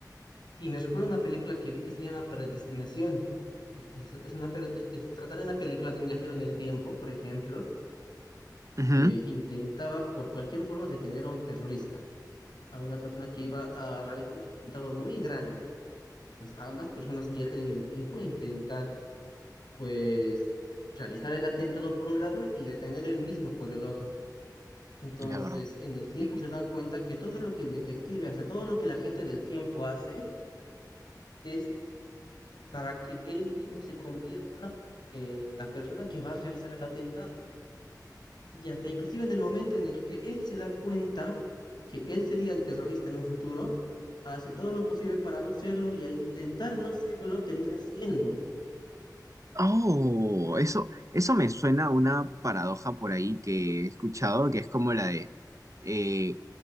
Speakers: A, on the left; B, on the right.
A: y me recuerda una película que vi que se llama Predestinación. Entonces, es una, pe- es, es- trata de una película de un viajero en el tiempo, por ejemplo,
B: Ujú,
A: que intentaba por cualquier forma detener a un terrorista, a una persona que iba a realizar un atentado muy grande. Pues ambas personas viajan en el tiempo e intentan, pues, realizar el atentado por un lado y detener el mismo por el otro. Entonces,
B: La verdad,
A: en el tiempo
B: sí.
A: se dan cuenta que todo lo que el detective hace, todo lo que la gente del tiempo hace, es para que él mismo se convierta en la persona que va a realizar el atentado y hasta inclusive en el momento en el que él se da cuenta que él sería el terrorista en un futuro, hace todo lo posible para no serlo y al intentar no serlo termina siendo.
B: Oh, eso, eso me suena a una paradoja por ahí que he escuchado, que es como la de, eh,